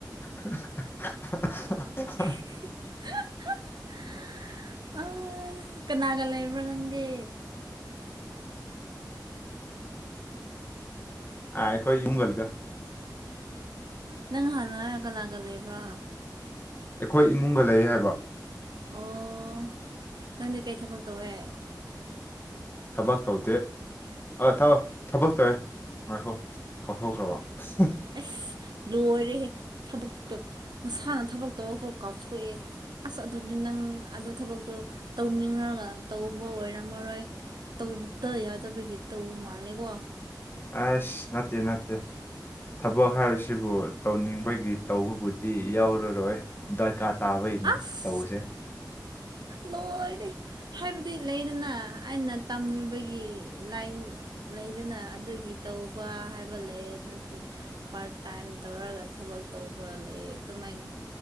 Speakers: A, on the left; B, on the right.
A: <unintelligible>
B: <unintelligible> ꯑ ꯀꯅꯥꯒ ꯂꯩꯕ꯭ꯔꯥ ꯅꯪꯗꯤ꯫
A: ꯑꯥ ꯑꯩꯈꯣꯏ ꯌꯨꯝꯨꯡꯒꯜꯗ
B: ꯅꯪ ꯍꯥꯟꯅ ꯀꯅꯥꯒ ꯂꯩꯕ꯭ꯔꯥ꯫
A: ꯑꯩꯈꯣꯏ ꯏꯃꯨꯡꯒ ꯂꯩꯌꯦ ꯍꯥꯏꯕ꯫
B: ꯑꯣ ꯅꯪꯗꯤ ꯀꯩ ꯊꯕꯛ ꯇꯧꯋꯦ꯫
A: ꯊꯕꯛ ꯇꯧꯗꯦ꯫ ꯑ ꯊꯥ ꯊꯕꯛ ꯇꯧꯋꯦ ꯉꯥꯏꯈꯣ ꯀꯥꯎꯊꯣꯛꯈ꯭ꯔꯕ꯫ <unintelligible>
B: ꯑꯁ ꯂꯣꯏꯔꯦꯍꯦ ꯊꯕꯛꯇꯣ ꯃꯁꯥꯅ ꯊꯕꯛ ꯇꯧꯕ ꯐꯥꯎ ꯀꯥꯎꯊꯣꯛꯑꯦ꯫ ꯑꯁ ꯑꯗꯨꯗꯤ ꯅꯪ ꯑꯗꯨ ꯊꯕꯛꯇꯣ ꯇꯧꯅꯤꯡꯉꯒ ꯇꯧꯕ ꯑꯣꯏꯔꯝꯃꯔꯣꯏ꯫ ꯇꯧꯕꯇ ꯌꯥꯗꯕꯒꯤ ꯇꯧꯕ ꯃꯥꯜꯂꯦꯀꯣ꯫
A: ꯑꯥꯁ ꯅꯠꯇꯦ-ꯅꯠꯇꯦ꯫ ꯊꯕꯛ ꯍꯥꯏꯕꯁꯤꯕꯨ ꯇꯧꯅꯤꯡꯕꯒꯤ ꯇꯧꯕꯕꯨꯗꯤ ꯌꯥꯎꯔꯔꯣꯏ ꯗꯔꯀꯥꯔ ꯇꯥꯕꯩꯅꯤ
B: ꯑꯁ
A: ꯇꯧꯕꯁꯦ꯫
B: ꯂꯣꯏꯔꯦ ꯍꯥꯏꯕꯗꯤ ꯂꯩꯗꯅ ꯑꯩꯅ ꯇꯝꯃꯤꯕꯒꯤ ꯂꯥꯏꯟ ꯂꯩꯗꯅ ꯑꯗꯨꯒꯤ ꯇꯧꯕ ꯍꯥꯏꯕ ꯂꯩ ꯅꯠꯇꯅ ꯄꯥꯔꯠ ꯇꯥꯏꯝ ꯇꯧꯔꯒ ꯊꯕꯛ ꯇꯧꯕ ꯂꯩ ꯑꯗꯨꯃꯥꯏꯅ